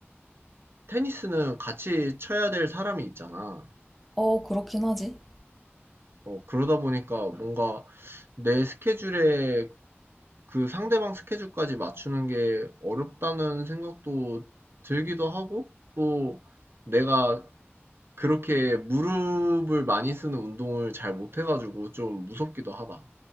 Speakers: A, on the right; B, in the centre.
A: 테니스는 같이 쳐야 될 사람이 있잖아.
B: 어, 그렇긴 하지.
A: 어, 그러다 보니까 뭔가 내 스케줄에 그 상대방 스케줄까지 맞추는 게 어렵다는 생각도 들기도 하고, 또 내가 그렇게 무릎을 많이 쓰는 운동을 잘 못해가지고 좀 무섭기도 하다.